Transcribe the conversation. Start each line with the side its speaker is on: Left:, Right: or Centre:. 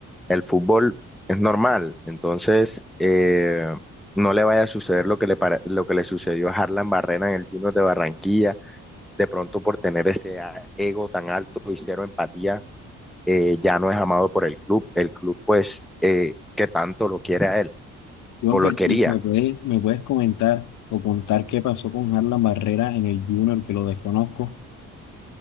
Centre: el fútbol es normal, entonces eh, no le vaya a suceder lo que le, para- lo que le sucedió a Harlan Barrena en el Junior de Barranquilla, de pronto por tener ese a- ego tan alto y cero empatía, eh, ya no es amado por el club, el club pues eh, que tanto lo quiere a él
Left: Jonfer,
Centre: o lo quería.
Left: ¿y me puedes, me puedes comentar o contar qué pasó con Harlan Barrera en el Junior, que lo desconozco?